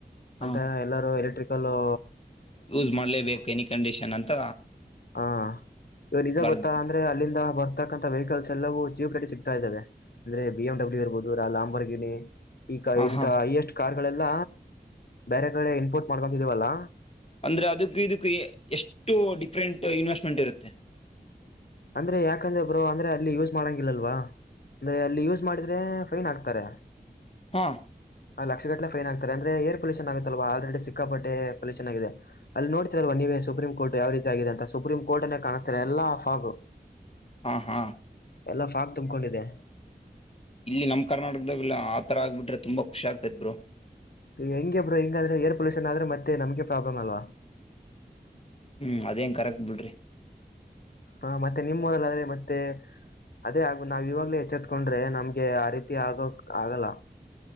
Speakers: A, on the left (about 35°); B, on the left (about 70°).
A: ಹ
B: ಅಂತ ಎಲ್ಲರೂ ಎಲೆಕ್ಟ್ರಿಕಲ್ಲೂ
A: ಯೂಸ್ ಮಾಡ್ಲೇಬೇಕು ಎನಿ ಕಂಡೀಷನ್ ಅಂತ
B: ಹ ಇವ ನಿಜ
A: ಬರ್ದ್
B: ಗೊತ್ತಾ ಅಂದ್ರೆ ಅಲ್ಲಿಂದ ಬರ್ತಕ್ಕಂತಥ ವೆಹಿಕಲ್ಸ್ ಎಲ್ಲವೂ ಜಿಯೋಟಸಿ ವೆ ಅಂದ್ರೆ ಬಿ ಎಮ್ ಡೆಬ್ಲ್ಯೂ ಇರಬಹುದು ಲಾಂಬರ್ ಗಿಣಿ ಈಗ
A: ಹ
B: ಇಂತಾ
A: ಹಾ
B: ಹೈಯೆಸ್ಟ್ ಕಾರ್ ಗಳೆಲ್ಲ ಬೇರೆ ಕಡೆ ಇಂಪೋರ್ಟ್ ಮಾಡ್ಕೊಂತಿದೀವಲ್ಲ
A: ಅಂದ್ರೆ ಅದಕ್ಕ ಇದಕ್ಕ ಎಷ್ಟು ಡಿಫ್ರೆಂಟ್ ಇನ್ವೆಸ್ಟ್ಮೆಂಟ್ ಇರುತ್ತೆ.
B: ಅಂದ್ರೆ ಯಾಕಂದ್ರೆ ಬ್ರೋ ಅಂದ್ರೆ ಅಲ್ಲಿ ಯೂಸ್ ಮಾಡಂಗಿಲ್ಲಲ್ವಾ. ಅಂದ್ರೆ ಅಲ್ಲಿ ಯೂಸ್ ಮಾಡಿದ್ರೆ ಫೈನ್ ಆಗ್ತಾರೆ.
A: ಹಾ
B: ಆ ಲಕ್ಷಗಟ್ಟ ಫೈನ್ ಹಾಕ್ತರೆ ಅಂದ್ರೆ ಎರ್ ಪೊಲ್ಯೂಷನ್ ಆಗುತ್ತಲ್ವಾ ಆಲ್ರೆಡಿ ಸಿಕ್ಕಾಪಟ್ಟೆ ಪೊಲ್ಯೂಷನ್ ಆಗಿದೆ. ಅಲ್ಲಿ ನೋಡ್ತಿರಲ್ವ ನೀವ ಸಪ್ರೀಂ ಕೋರ್ಟ್ ಯಾವ ರೀತಿ ಆಗಿದೆಂತ ಸುಪ್ರೀಂ ಕೋರ್ಟ್ನ ಕಾಣಸ್ತಿಲ್ಲ ಎಲ್ಲಾಫಾಗು. <inaudible>
A: ಹಾ ಹಾ.
B: ಎಲ್ಲಾ ಫಾಗ್ ತುಂಬಕೊಂಡಿದೆೆ.
A: ಇಲ್ಲಿ ನಮ್ಮ ಕರ್ನಾಟಕದಾಗ ಆತರ ಆಗ್ಬ ಬಿಟ್ರೆ ತಂಬಾಖುಷಿ ಆಗ್ತಿತ್ ಬ್ರೋ.
B: ಹಂಗೆ ಬ್ರೋ ಹಿಂಗಾದ್ರೆ ಏರ್ ಪೊಲ್ಯೂಷನ್ ಆದ್ರೆ ಮತ್ತೆ ನಮಗೆ ಪ್ರಾಬ್ಲಮ ಅಲ್ವಾ.
A: ಹ್ಮ್ ಅದೇನ್ ಕರಕ್ ಬಿಡ್ರಿ.
B: ಹ ಮತ್ತೆ ನಿಮ್ಮ ಮೊದಲ ಆದ್ರೆ ಮತ್ತೆ. ಅದೇ ಆಗ್ಬುದು ನಾವ ಇವಾಗ್ಲೇ ಎಚ್ಚೆತ್ಕೊಂಡ್ರೆ ನಮ್ಗೆ ಆ ರೀತಿ ಆಗೋಕ್ ಆಗಲ್ಲ.